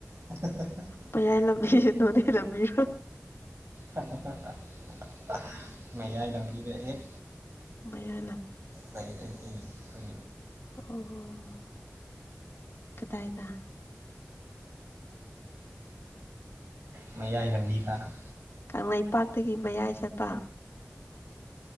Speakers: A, on the right (about 80°); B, on the left (about 70°).
A: <unintelligible>
B: ꯃꯌꯥꯏ ꯂꯝꯕꯤꯁꯦ ꯅꯣꯅꯦ ꯂꯝꯕꯤꯔꯣ
A: <unintelligible> ꯃꯌꯥꯏ ꯂꯝꯕꯤꯗ ꯍꯦꯛ
B: ꯃꯌꯥꯏ ꯂꯝꯕꯤ
A: ꯂꯩ <unintelligible>
B: ꯑꯣ ꯀꯗꯥꯥꯏꯗ
A: ꯃꯌꯥꯏ ꯂꯝꯕꯤꯗ
B: ꯀꯪꯂꯩꯄꯥꯛꯇꯒꯤ ꯃꯌꯥꯏ ꯆꯠꯄ